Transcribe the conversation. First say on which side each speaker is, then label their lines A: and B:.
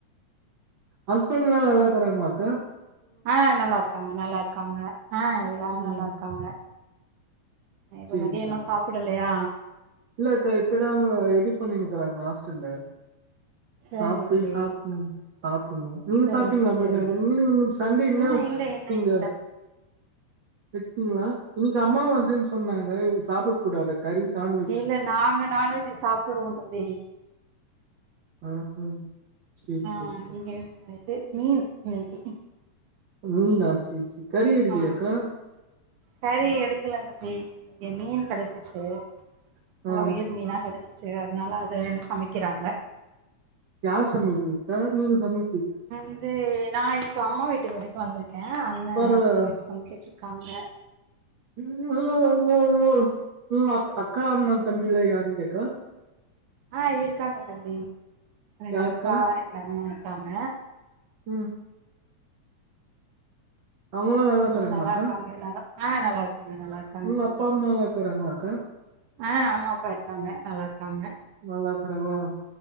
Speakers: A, on the right (about 70°); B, on the right (about 85°).
A: ஹஸ்பண்ட்லா எல்லாக்கறாங்களாக்கா
B: ஆ நல்லாருக்காங்க நல்லாருக்காங்க ஆ எல்லாரு
A: ம்
B: நல்லாருக்காங்க இப்ப
A: சேரிக்கா
B: மதியோ இன்னு சாப்டலையா
A: இல்லக்கா இப்பதா அவங்க ரெடி பண்ணினுக்கிறாங்க ஹாஸ்டல்ல
B: சரிங்க
A: சாப்ப
B: தம்பி
A: சாப்புணு சாப்புட்ணு நீங்க
B: சரி
A: சாப்ட்டீங்களா
B: சரி
A: மதியான நீங்க சண்டே என்னா
B: இன்னு இல்ல இன்னு
A: நீங்க
B: இல்ல
A: வெட்ஜிங்களா இன்னக்கி அம்மாவாசைன்னு சொன்னாங்க இது சாப்பிடக் கூடாத கறி நான்வெ
B: இல்ல நாங்க நான்வெஜ் சாப்புடுவோ தம்பி
A: ஆ ஆ சேரி
B: ஆ
A: சேரி
B: இங்க இது மீன் இன்னக்கி
A: மீனா சேரி சேரி கறி எடுக்கலையாக்கா
B: ஆ கறி எடுக்கல தம்பி இங்க மீன் கெடச்சிச்சி நல்லா
A: ஆ
B: உயிர் மீனா கெடைச்சிச்சி அதனால அத சமைக்கிறாங்க
A: யார் சமைக்கரத் நீங்க சமை
B: இது நா இப்போ அம்மா வீட்டு வரைக்கு வந்திருக்கே அண்ணே
A: பரவா
B: ஒய்ஃப் சமச்சிட்டு இருக்காங்க
A: <unintelligible> அக் அக்கா அண்ணே தம்பிலா யாரு இல்லையாக்கா
B: ஆ இருக்காங்க தம்பி ரெண்டு
A: யாருக்கா
B: அக்கா ரெண்டு அண்ணே இருக்காங்க
A: ம் அவுங்கல்லா நல்லாருக்கறாங்களாக்கா
B: ம் நல்லா இருக்காங்க எல்லாரு ஆ நல்லா இருக்காங்க நல்லா இருக்காங்க
A: ம்
B: தம்பி
A: அப்பா அம்மால்லா இருக்கறாங்களாக்கா
B: ஆ அம்மா அப்பா இருக்காங்க நல்லாருக்காங்க
A: நல்லாருக்கறாங்களா